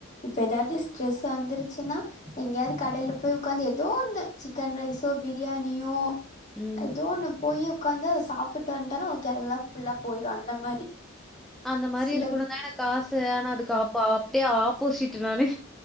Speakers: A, on the left; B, in the centre.
A: இப்ப ஏதாவது ஸ்ட்ரெஸ் வந்துருச்சுன்னா எங்கயாவது கடையில போய் உக்காந்து ஏதோ ஒண்ணு சிக்கன் ரைஸோ பிரியாணியோ
B: ம்.
A: ஏதோ ஒண்ணு போய் உக்காந்து அத சாப்ட்டு வந்துட்டோனா ஓகே எல்லா ஃபுல்லா போயிடு அந்த மாரி
B: அந்த மாரி
A: சில
B: இருக்கணு தா ஆச ஆனா அதுக்கு அப் அப்டியே ஆப்போசிட் நானு